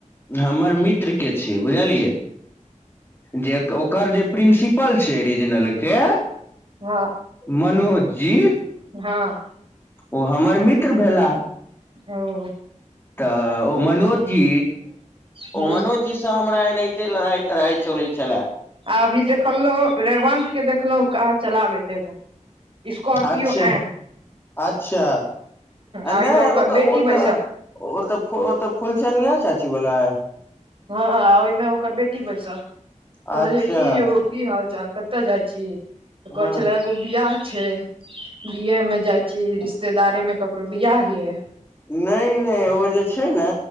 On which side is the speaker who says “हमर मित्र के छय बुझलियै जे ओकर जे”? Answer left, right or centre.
Left